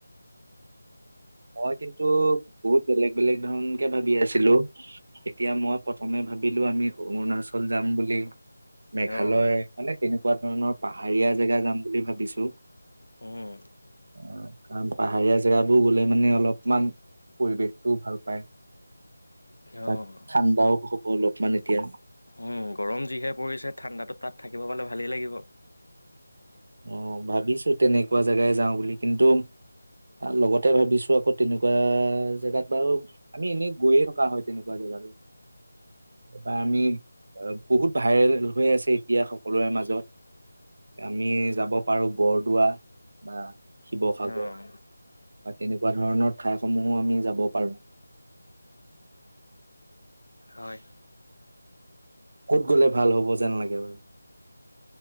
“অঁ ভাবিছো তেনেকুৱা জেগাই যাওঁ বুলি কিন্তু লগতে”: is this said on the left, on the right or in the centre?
Right